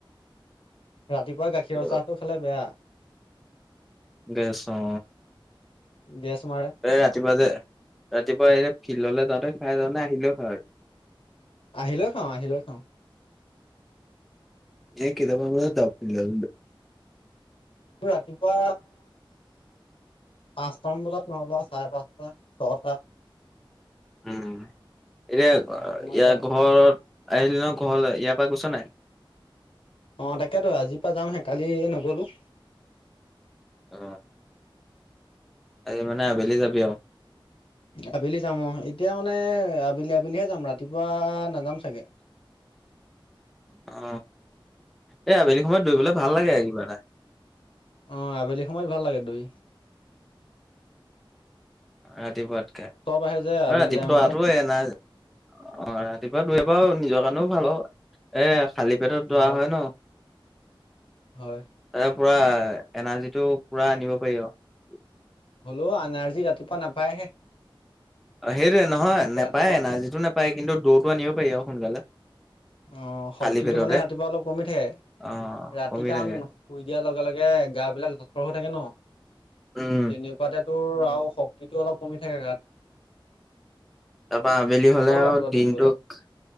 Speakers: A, on the left; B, in the centre.
A: ৰাতিপুৱা গাখীৰৰ
B: অ
A: চাহটো খালে বেয়া।
B: গেছ অ
A: গেছ মাৰে
B: এ ৰাতিপুৱা যে ৰাতিপুৱা এই ফিল্ডলৈ যাওঁতে খাই যাওঁ নে আহি পেলায় খাওঁ?
A: আহিলৈ খাওঁ আহিলৈ খাওঁ
B: এ কেইটামান বজাত যাওঁ ফিল্ডলে
A: ৰাতিপুৱা পাঁচটামান বজাত নহ'ব চাৰে পাঁচটা, ছয়টা
B: উম এতিয়া ইয়াৰ
A: সময়ত যাওঁ।
B: ঘৰত আহিল ন ঘৰলৈ ইয়াৰ পৰা গৈছ নাই
A: অ তাকেতো আজিৰ পৰা যামহে কালি নগলো-
B: অ হাই মানে আবেলি যাবি আৰু
A: আবেলি যাম অ এতিয়া মানে আবেলি আবেলি পিনিহে যাম ৰাতিপুৱা নাযাম চাগে
B: অ এই আবেলি সময়ত দৰিবলে ভাল লাগে আৰু কিবা এটা
A: আহ আবেলি সময়ত ভাল লাগে দই
B: ৰাতিপুৱাতকে আৰু
A: আহে যে আবেলি
B: ৰাতিপুৱা
A: টাইমতে
B: অহটো এনাৰ অ ৰাতিপুৱা দুয় পৰাৰ নিজৰ কাৰণেও ভাল অ এ খালী পেটত দৰা
A: ভাল
B: হয় ন
A: হয়
B: তাৰ পৰা এনাৰ্জিটো পুৰা আনিব পাৰি আৰু
A: হ'লো আনাৰ্জী ৰাতিপুৱা নাপায়হে
B: অ সেইটোৱে নহয় নাপায়
A: ৰাতিপুৱা
B: এনাৰ্জিটো নাপায় কিন্তু দৌৰটো আনিব পাৰি আৰু সোনকালে
A: অ শক্তিটো
B: খালী পেটতে।
A: মানে ৰাতিপুৱা অলপ কমি থাকে-
B: অ',
A: ৰাতি
B: কমি
A: কাৰণ
B: থাকে।
A: শুই দিয়াৰ লগে লগে গা বিলাক জঠৰ হৈ থাকে ন
B: উম,
A: তেনেকুৱাতে তোৰ আৰু শক্তিটো অলপ কমি থাকে গাত-
B: তাৰপা আবেলি হলে
A: হয়
B: আৰু
A: ৰাতিপুৱা
B: দিনটোক
A: দৌৰিবলৈ